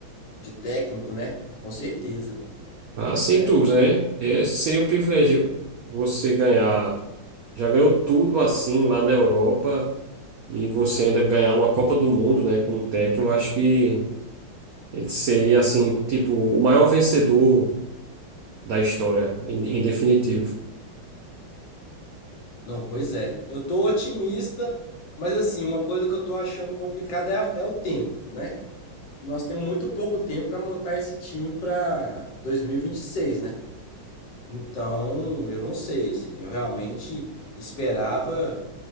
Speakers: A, on the left; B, on the right.
A: de técnico, né? Com certeza,
B: Ah, sem
A: né?
B: dúvida, né? É, seria um privilégio você ganhar. já ganhou tudo assim lá na Europa e você ainda ganhar uma Copa do Mundo, né, como técnico, eu acho que ele seria assim, tipo, o maior vencedor da história, em, em definitivo.
A: Não, pois é. Eu tô otimista, mas assim, uma coisa que eu tô achando complicada é, a- é o tempo, né? que nós temos muito pouco tempo para montar esse time para dois mil e e vinte e seis, né? Então, eu não sei, assim, eu realmente esperava